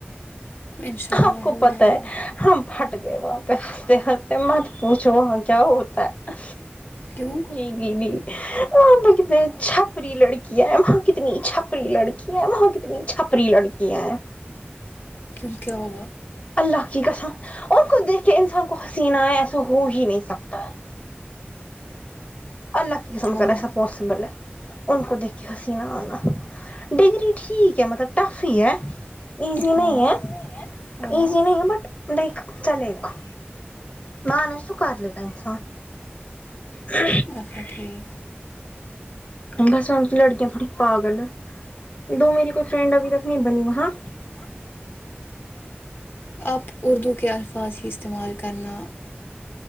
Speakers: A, on the left (about 60°); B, on the left (about 35°).
A: انشاء اللہ
B: آپ کو
A: ہو
B: پتہ
A: جائے
B: ہے
A: گا
B: ہم پھٹ گئے وہاں پے ہنستے ہنستے مت پوچھو وہاں کیا ہوتا ہے
A: کیوں
B: نہیں نہیں وہاں پے کتنے چھپری لڑکیاں ہے وہاں کتنی چھپری لڑکی کیاں ہیں وہاں کتنی چھپری لڑکیاں ہیں
A: کیوں کیا ہوا
B: اللہ کی قسم ان کو دیکھ کے انسان کو ہنسی نہ آے ایسا ہو ہی نہیں سکتا ہے اللہ کی قسم اگر
A: ہم
B: ایسا پاسبل ہے ان کو دیکھ کے ہنسی نہ آنا ڈگری ٹھیک ہے مطلب ٹف ہی ہے ایزی نہیں
A: ہاں
B: ہے
A: ہاں
B: ایزی نہیں ہے بٹ لائک چلے گا مانے سو کر لے گا انسان ہ
A: اچھا ٹھیک
B: بس وہاں کی لڑکیاں تھوڑی پاگل ہے دو میری کوئی فرینڈ ابھی تک نہیں بنی وہاں
A: آ آپ اردو کے الفاظ ہی استعمال کرنا